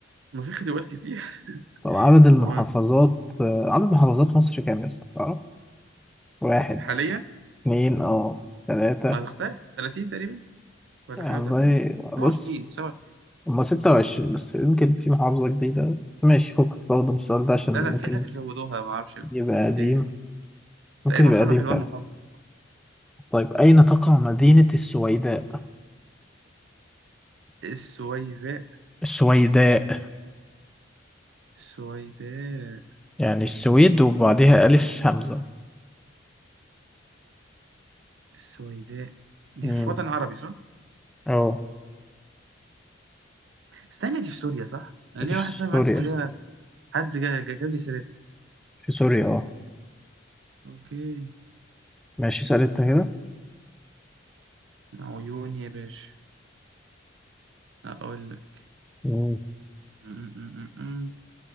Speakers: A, on the right; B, in the centre.
A: ما في خدوات كتير <laughs>
B: طب عدد المحافظات
A: اللي هو
B: آه، عدد محافظات مصر كام يا اسطى؟ تعرف؟ واحد
A: حاليا
B: اتنين اه تلاتة
A: ما تختلف 30 تقريبا ولا
B: يعني
A: حاجه
B: والله
A: و30 27
B: بص
A: 27
B: هما ستة وعشرين بس يمكن في محافظة جديدة بس ماشي فكك برضه من السؤال ده عشان
A: لا
B: ممكن
A: لا في حاجه زودوها ما اعرفش
B: يبقى
A: كانت
B: قديم
A: إيه.
B: ممكن
A: تقريبا
B: يبقى
A: خلوا
B: قديم
A: حلوان
B: فعلا
A: محافظه
B: طيب أين تقع مدينة السويداء؟
A: السويداء
B: السويداء
A: السويداء
B: يعني السويد وبعدها ألف همزة
A: السويداء دي
B: امم
A: في وطن عربي صح؟
B: اه
A: استنى دي في سوريا صح؟ انا
B: دي
A: ليا
B: في
A: واحد صاحبي
B: سوريا
A: معايا في الكلية حد جا- جا- جاب لي سيرتها
B: في سوريا اه
A: اوكي
B: ماشي اسأل انت كده
A: عيوني يا باشا اقول لك
B: امم
A: م- م- م- م-